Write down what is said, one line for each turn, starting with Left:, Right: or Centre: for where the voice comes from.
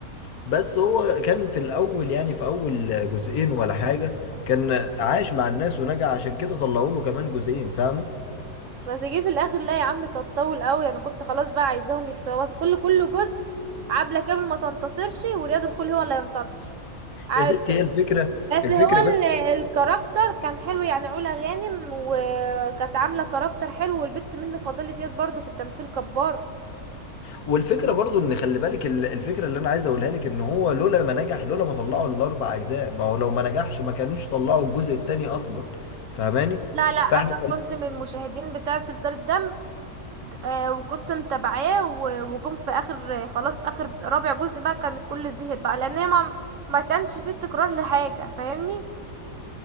Left: بس هو كان في الاول يعني في اول جزئين ولا حاجه كان عايش مع الناس ونجح عشان كده طلعوا له كمان جزئين فاهمه
Right: بس جه في الاخر لا يا عم كان طول قوي انا كنت خلاص بقى عايزاهم يحصلوا بس كل كل جزء عبلة كامل ما تنتصرش ورياض الخول هو اللي ينتصر عامل
Left: يا ست
Right: كده
Left: هي الفكره
Right: بس
Left: الفكره
Right: هو ال-
Left: بس
Right: الكاركتر كان حلو يعني علا غانم وكانت عاملة كاركتر حلو والبت منة فضالي ديت برضو في التمثيل جبارة
Left: والفكره برضو ان خلي بالك ال- الفكره اللي انا عايز اقولها لك ان هو لولا ما نجح لولا ما طلعوا الاربع اجزاء ما هو لو ما نجحش ما كانوش طلعوا الجزء الثاني اصلا فاهماني
Right: لا لا انا
Left: فاحنا
Right: كنت من المشاهدين بتاع سلسلة دم آه وكنت متابعاه و- وجم في اخر خلاص اخر رابع جزء بقى كان الكل زهق بقى لان هي ما ما كانش فيه تكرار لحاجة فاهمني